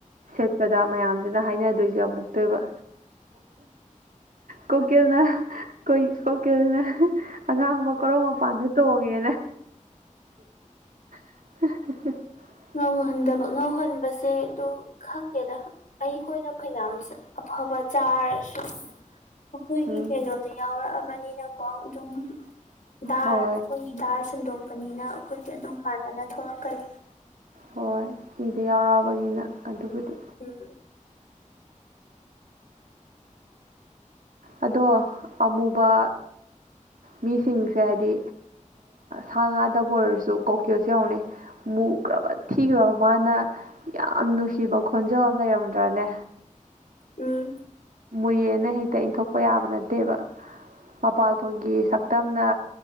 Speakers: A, on the right; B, on the left.
A: ꯁꯦꯠꯄꯗ ꯃꯌꯥꯝꯁꯤꯅ ꯍꯥꯏꯅꯗꯣꯏꯁꯦ ꯑꯃꯨꯛꯇꯣꯏꯕ ꯀꯨꯀꯤꯜꯅ ꯀꯣꯏ ꯀꯨꯀꯤꯜꯅ ꯑꯉꯥꯡꯕ ꯀ‌ꯣꯔꯧ ꯃꯄꯥꯟꯗ ꯇꯣꯡꯉꯦꯅ <inaudible>
B: ꯉꯧꯍꯟꯗꯕ ꯉꯧꯍꯟꯕꯁꯦ ꯑꯗꯨ ꯈꯪꯗꯦꯗ ꯑꯩꯈꯣꯏꯅ ꯐꯩꯅꯥꯌꯥꯝ ꯑꯐꯕ ꯆꯥꯔꯁꯨ ꯑꯩꯈꯣꯏꯒꯤ
A: ꯎꯝ
B: ꯀꯩꯅꯣꯗ ꯌꯥꯎꯔꯛꯑꯕꯅꯤꯅꯀꯣ ꯑꯗꯨꯝ ꯗꯥꯔ
A: ꯍꯣꯏ
B: ꯑꯩꯈꯣꯏ ꯗꯥꯔ ꯁꯟꯗꯣꯛꯄꯅꯤꯅ ꯑꯩꯈꯣꯏꯗꯤ ꯑꯗꯨꯝ ꯃꯥꯟꯅꯅ ꯊꯣꯛꯂꯛꯀꯅꯤ
A: ꯍꯣꯏ ꯏꯗ ꯌꯥꯎꯔꯛꯑꯕꯅꯤꯅ ꯑꯗꯨꯕꯨꯗꯤ
B: ꯎꯝ
A: ꯑꯗꯣ ꯑꯃꯨꯕ ꯃꯤꯁꯤꯡꯁꯦ ꯍꯥꯏꯗꯤ ꯁꯥ ꯉꯥꯗꯕꯨ ꯑꯣꯏꯔꯁꯨ ꯀꯣꯀꯤꯜꯁꯦ ꯌꯦꯉꯨꯅꯦ ꯃꯨꯈ꯭ꯔꯕ ꯊꯤꯈ꯭ꯔꯕ ꯃꯥꯅ ꯌꯥꯝ ꯅꯨꯡꯁꯤꯕ ꯈꯣꯟꯖꯦꯜ ꯑꯃ ꯂꯩꯔꯝꯗ꯭ꯔꯅꯦ
B: ꯎꯝ
A: ꯃꯨꯏꯌꯦꯅ ꯍꯦꯛꯇ ꯏꯟꯊꯣꯛꯄ ꯌꯥꯕ ꯅꯠꯇꯦꯕ ꯃꯄꯥꯜꯊꯣꯡꯒꯤ ꯁꯛꯇꯝꯅ